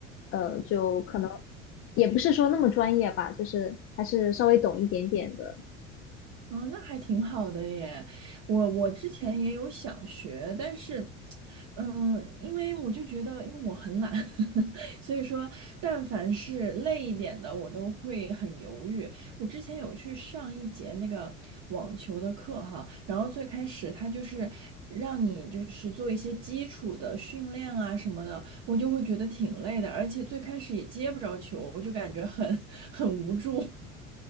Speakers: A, on the left; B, on the right.
A: 呃，就可能也不是说那么专业吧，就是还是稍微懂一点点的。嗯
B: 哦，那还挺好的耶。我我之前也有想学，但是，嗯，因为我就觉得，因为我很懒，<laughs> 所以说，但凡是累一点的，我都会很犹豫。我之前有去上一节那个网球的课哈，然后最开始他就是让你就是做一些基础的训练啊什么的，我就会觉得挺累的，而且最开始也接不着球，我就感觉很 <laughs> 很无助。